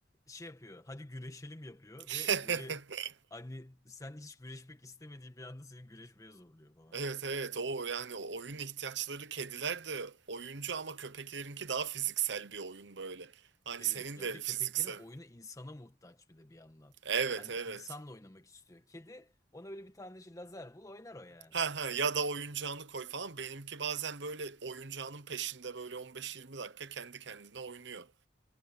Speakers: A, on the left; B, on the right.
A: şey yapıyor. Hadi güreşelim yapıyor
B: <laughs>
A: ve böyle hani sen hiç güreşmek istemediğin bir anda seni güreşmeye zorluyor falan.
B: Evet evet o yani oyun ihtiyaçları kediler de oyuncu ama köpeklerinki daha fiziksel bir oyun böyle. Hani
A: Evet
B: senin
A: ya
B: de
A: bir de
B: fiziksel.
A: köpeklerin oyunu insana muhtaç bir de bir yandan.
B: Evet
A: Hani
B: evet.
A: insanla oynamak istiyor. Kedi ona böyle bir tane şey lazer bul oynar o yani.
B: Ha ha ya da oyuncağını koy falan. Benimki bazen böyle oyuncağının peşinde böyle 15-20 dakika kendi kendine oynuyor.